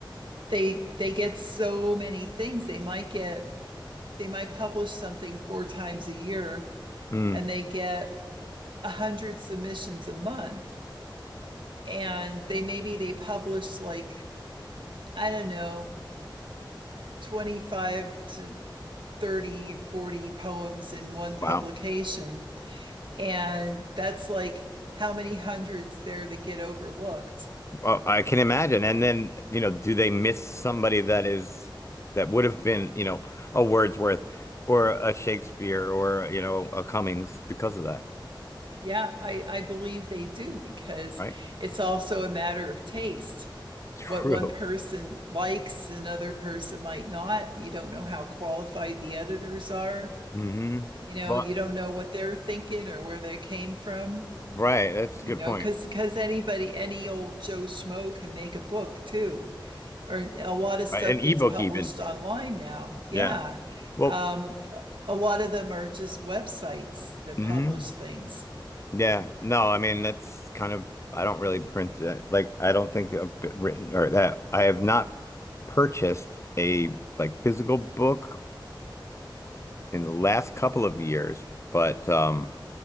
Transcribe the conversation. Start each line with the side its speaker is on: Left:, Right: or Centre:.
Right: they they get so many things they might get they might publish something four times a year
Left: Mm,
Right: and they get 100 submissions a month and they maybe they publish like i don't know 25 to 30, 40 poems in one publication
Left: wow.
Right: and that's like how many hundreds there that get overlooked
Left: Well, I can imagine. And then, you know, do they miss somebody that is that would have been, you know, a Wordsworth or a Shakespeare or, you know, a Cummings because of that,
Right: yeah i i believe they do because
Left: right?
Right: it's also a matter of taste
Left: True.
Right: what one person likes another person might not you don't know how qualified the editors are
Left: hmm
Right: you know
Left: Well,
Right: you don't know what they're thinking or where they came from
Left: right. That's
Right: you
Left: a good
Right: know
Left: point.
Right: because because anybody any old joe schmo can make a book too or a lot of stuff
Left: Right. An
Right: gets
Left: ebook
Right: published
Left: even.
Right: online now yeah
Left: Yeah. Well,
Right: um a lot of them are just websites that
Left: hmm
Right: publish things
Left: Yeah. No, I mean that's kind of I don't really print uh, like I don't think a bit written or that I have not purchased a like physical book in the last couple of years, but um